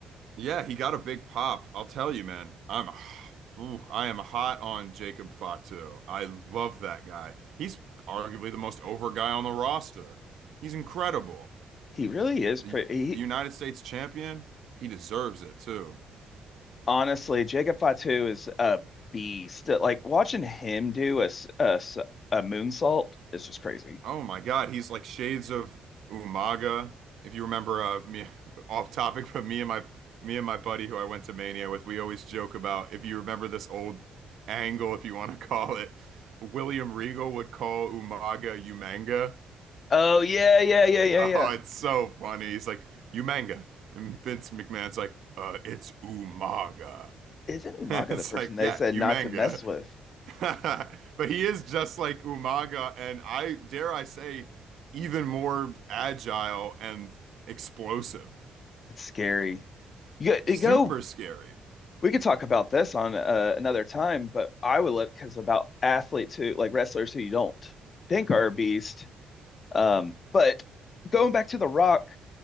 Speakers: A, on the right; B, on the left.
A: Yeah, he got a big pop. I'll tell you, man. I'm <sighs> ooh, I am hot on Jacob Fatu. I love that guy. He's arguably the most over guy on the roster. He's incredible.
B: He really is
A: The
B: pretty he,
A: the United States champion, he deserves it too.
B: honestly, Jacob Fatu is a beast. Like watching him do a, s- a, s- a moonsault is just crazy.
A: Oh my God, he's like shades of Umaga. If you remember, uh, me <laughs> off topic, but me and my me and my buddy who I went to Mania with, we always joke about if you remember this old angle, if you want to <laughs> call it, William Regal would call Umaga Umanga. <laughs>
B: Oh yeah, yeah, yeah, yeah,
A: Oh,
B: yeah.
A: it's so funny. He's like Umanga, and Vince McMahon's like, uh, it's Umaga. <laughs>
B: Isn't Umaga
A: It's
B: the person
A: like,
B: they
A: yeah,
B: said
A: Umanga.
B: not to mess with?
A: <laughs> But he is just like Umaga, and I dare I say, even more agile and explosive.
B: It's scary. You got-
A: Super
B: you go.
A: scary.
B: We could talk about this on uh, another time, but I would look because about athletes who like wrestlers who you don't think are a beast Um, but going back to The Rock